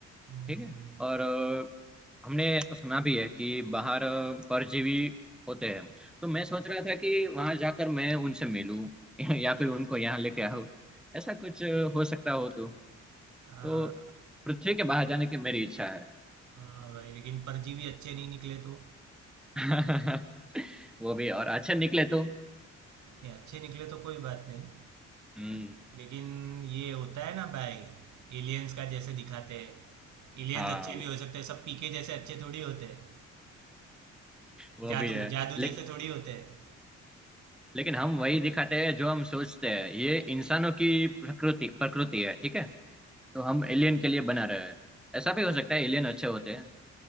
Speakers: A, on the right; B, in the centre.
A: हम्म,
B: ठीक है और अ, हमने ऐसा सुना भी है कि बाहर अ, परजीवी होते हैं तो मैं सोच रहा था कि वहां जाकर मैं उनसे मिलूं <laughs> या फिर उनको यहाँ लेके आऊं ऐसा कुछ अ, हो सकता हो तो
A: हाँ
B: तो पृथ्वी के बाहर जाने की मेरी इच्छा है
A: हाँ भाई लेकिन परजीवी अच्छे नहीं निकले तो
B: <laughs> वो भी और अच्छे निकले तो
A: ये अच्छे निकले तो कोई बात नहीं
B: हम्म
A: लेकिन ये होता है ना भाई एलियंस का जैसे दिखाते हैं एलियंस
B: हाँ
A: अच्छे
B: वो,
A: भी हो सकते हैं सब पीके जैसे अच्छे थोड़ी होते हैं
B: वो
A: जादू
B: भी है
A: जादू
B: ले,
A: जैसे थोड़ी होते हैं
B: लेकिन हम वही दिखाते हैं जो हम सोचते हैं ये इंसानों की प्रकृति प्रकृति है ठीक है तो हम एलियन के लिए बना रहे हैं ऐसा भी हो सकता है एलियन अच्छे होते हैं